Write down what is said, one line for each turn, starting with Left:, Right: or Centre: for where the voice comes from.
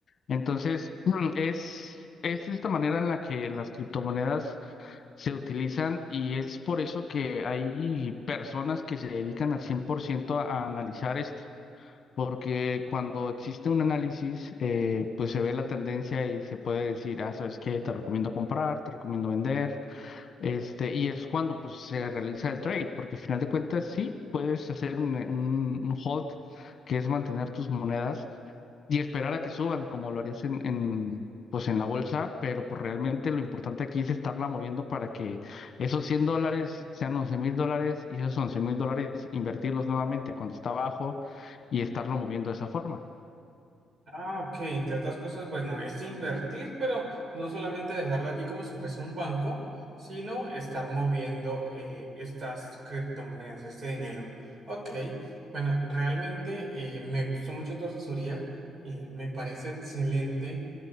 Left: Entonces, <clears throat> es, es esta manera en la que las criptomonedas se utilizan y es por eso que hay personas que se dedican al 100% a analizar esto porque cuando existe un análisis, eh, pues se ve la tendencia y se puede decir, ah, ¿sabes qué? Te recomiendo comprar, te recomiendo vender. Este, y es cuando pues se realiza el trade, porque al final de cuentas sí puedes hacer un, un, un hold, que es mantener tus monedas, y esperar a que suban, como lo harías en, en, pues en la bolsa, pero pues realmente lo importante aquí es estarla moviendo para que esos 100 dólares sean once mil dólares y esos once mil dólares invertirlos nuevamente cuando está abajo y estarlo moviendo de esa forma.
Right: Ah, ok, entre otras cosas, bueno, es invertir, pero no solamente dejarlo allí como si fuese un banco, sino estar moviendo eh, estas criptomonedas, este dinero. Ok, bueno, realmente eh, me gustó mucho tu asesoría y me parece excelente